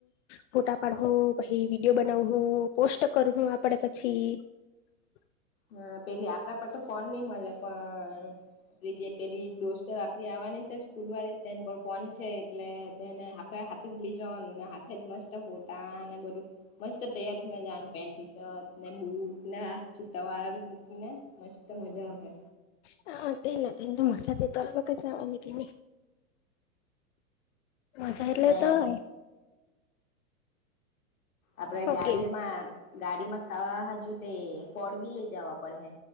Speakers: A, on the left (about 55°); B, on the left (about 70°).
A: ફોટા પાડ પછી, વિડીયો બનાવું પોસ્ટ કરું આપડે પછી હ
B: હા, પેલી આપણા પર તો ફોન, નઈ. મળે પણ આપડી જે પેલી દોસ્ટર આપડી આવવાની છે, સ્કૂલ વાળી તેને પણ ફોન છે, એટલે તેને આપડા હાથે જ લઈ, જવાનુ ને હાથે, જ મસ્ત ફતાને બધું મસ્ત તૈયાર થઈ ને જવાનું પેન્ટચ ને બુ ના છૂટા વાળા મૂકી, ને મસ્ત મજા આવે
A: હા, તે નથીને તો મસા તલગ. જવાની કે ન મજા, એટલે
B: ને
A: તો હો
B: આપડે ગાડીમા
A: ઓકે
B: ગાડીમા ખાવા હજુ, તે ફળ બી લઈ જવા પડે હે.